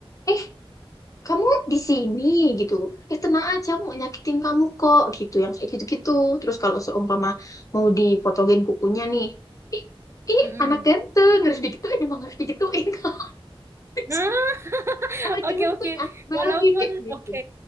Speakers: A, on the left; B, on the right.
A: eh kamu di sini gitu. Eh tenang aja aku nggak nyakitin kamu kok gitu yang kayak gitu-gitu. Terus kalau seumpama mau dipotongin kukunya nih, ih ini
B: Mm-mm.
A: anak ganteng harus digituin emang harus digituin <laughs> kalau di
B: Nah,
A: sini.
B: <laughs>
A: anak ganteng
B: oke oke.
A: anak baik
B: Walaupun
A: kayak gitu.
B: oke.